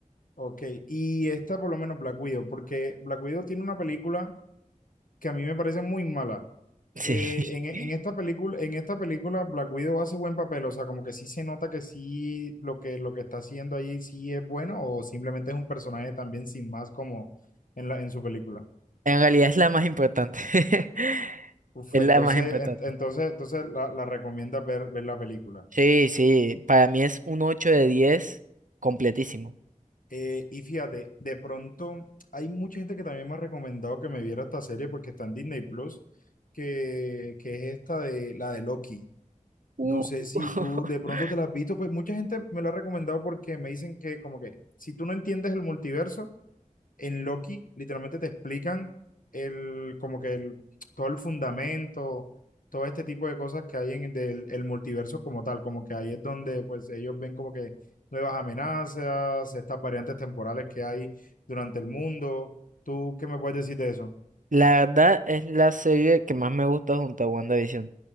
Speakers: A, on the left; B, on the right.
A: ok. Y esta por lo menos Black Widow, porque Black Widow tiene una película que a mí me parece muy mala.
B: Sí,
A: eh, en,
B: <laughs>
A: en esta película, en esta película Black Widow hace buen papel, o sea, como que sí se nota que sí lo que, lo que está haciendo ahí sí es bueno, o simplemente es un personaje también sin más como en la, en su película.
B: en realidad es la más importante. <laughs>
A: Uf,
B: Es
A: entonces,
B: la más importante.
A: en- entonces, entonces la, la recomienda ver, ver la película.
B: Sí, sí, para mí es un 8 de 10, completísimo.
A: Eh, y fíjate, de pronto hay mucha gente que también me ha recomendado que me viera esta serie porque está en Disney Plus, que, que es esta de la de Loki.
B: Uh.
A: No sé si
B: <laughs>
A: tú de pronto te la has visto, pues mucha gente me lo ha recomendado porque me dicen que como que si tú no entiendes el multiverso, en Loki literalmente te explican el como que el, todo el fundamento, todo este tipo de cosas que hay en el, del- el multiverso como tal, como que ahí es donde pues ellos ven como que nuevas amenazas, estas variantes temporales que hay durante el mundo. ¿Tú qué me puedes decir de eso?
B: La verdad es la serie que más me gusta junto a WandaVision.